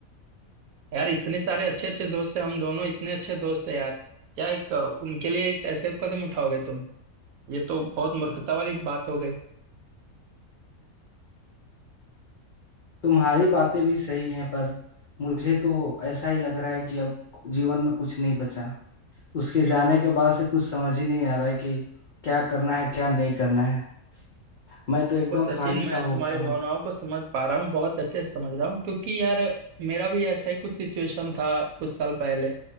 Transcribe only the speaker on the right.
यार इतने सारे अच्छे अच्छे दोस्त हैं हम दोनों इतने अच्छे दोस्त हैं यार क्या एक अ, उनके लिए एक ऐसे कदम उठाओगे तुम ये तो बहुत मूर्खता वाली बात हो गई
देखो
सचिन
मैं तुम्हारे
भावनाओं
को समझ पा रहा हूँ बहुत अच्छे से समझ रहा हूँ क्योंकि यार मेरा भी ऐसा ही कुछ सिचुएशन था कुछ साल पहले